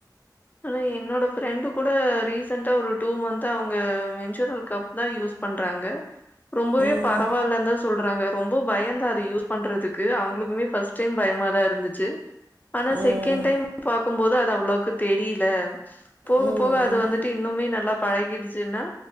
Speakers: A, on the left; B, on the right.
A: அதா என்னோட ஃப்ரெண்டு கூட ரீசன்டா ஒரு டூ மந்த்த் அவங்க மென்சூரல் கப் தா யூஸ் பண்றாங்க ரொம்பவே
B: ம்
A: பரவாயில்லந்தா சொல்றாங்க ரொம்பொ பயநதா அத யூஸ் பண்றதுக்கு அவங்ளுக்குமே ஃபஸ்ட் டைம் பயமாதா இருந்துச்சு ஆனா
B: ம்
A: செக்கெண்ட் டைம் பாக்கும்போது அத் அவ்ளோக்கு தெரிய்ல போக
B: ம்
A: போக அது வந்துட்டு இன்னுமே நல்லா பழகிடுச்சுன்னா